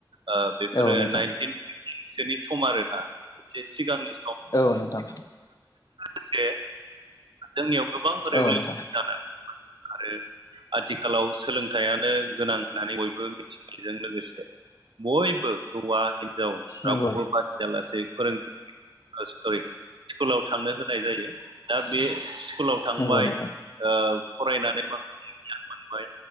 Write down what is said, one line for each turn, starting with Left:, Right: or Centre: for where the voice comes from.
Right: अ बेफोरो
Left: औ नोंथां
Right: नाइनटिन सोनि सम आरो ना एसे सिगांनि
Left: औ नोंथां
Right: एसे जोंनियाव गोबां रिभलिउसन
Left: औ नोंथां
Right: जानो थांबाय आरो आथिखालाव सोलोंथाइयानो गोनां होननानै बयबो मिथिनायजों लोगोसे बयबो हौवा हिन जाव रावखौबो
Left: नंगौ
Right: बासिया लासेै फोरोंगिरि अ सरि स्कुलाव थांनो होनाय जायो दा बे स्कुलाव थांबाय
Left: नंगौ नोंथां
Right: ओ फरायनानै माखासे गियान मोनबाय